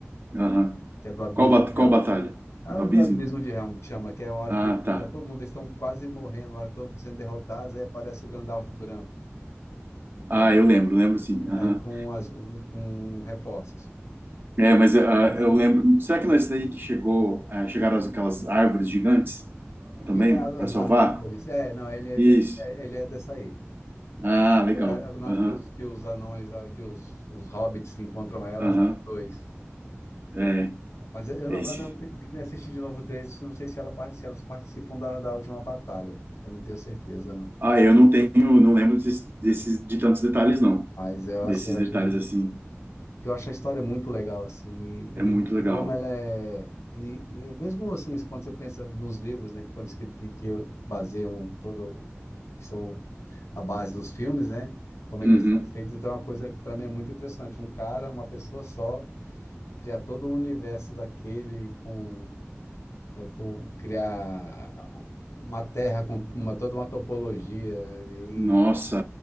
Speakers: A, on the right; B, on the left.
A: aham.
B: Que é do Abismo
A: Qual, bat-
B: de
A: qual
B: Helm.
A: batalha?
B: É
A: Do
B: o do
A: abismo?
B: Abismo de Helm que chama, que é a hora
A: Ah,
B: que
A: tá.
B: tá todo mundo, eles estão quase morrendo lá, estão sendo derrotados, aí aparece o Gandalf branco, um cavalo,
A: Ah, eu lembro, lembro sim. Aham.
B: aí com, as, um, com reforços.
A: É, mas ah,
B: Para mim,
A: eu lembro. Será que não é isso daí que chegou, ah, chegaram as- aquelas árvores gigantes também
B: que, é as, as
A: para salvar?
B: barbáries. É, não, ele é,
A: Isso.
B: de- é, ele é dessa aí.
A: Ah, legal.
B: É, é, na
A: Aham,
B: hora que os, que os anões, ah, que os, os hobbits encontram elas,
A: aham.
B: é dois.
A: É,
B: Mas eu eu
A: é
B: não- agora
A: esse.
B: tem tem que assistir de novo o 3, eu não sei se, ela, par- se elas participam da, da última batalha. Eu não tenho certeza, não.
A: Ah, eu não tenho, não lembro desses, desses, de tantos detalhes, não.
B: Mas eu
A: Desses
B: assim, acho
A: detalhes assim.
B: que eu acho a história muito legal, assim, e,
A: É muito
B: e-
A: legal.
B: e como ela é. E, e é mesmo assim, quando você pensa nos livros, né, que foram escritos que, que baseiam todo, que são a base dos filmes, né? Como é
A: Uhum.
B: que eles são feitos, então é uma coisa que para mim é muito impressionante. Um cara, uma pessoa só, criar todo o universo daquele com né? Tu criar uma terra com uma, toda uma topologia e
A: Nossa,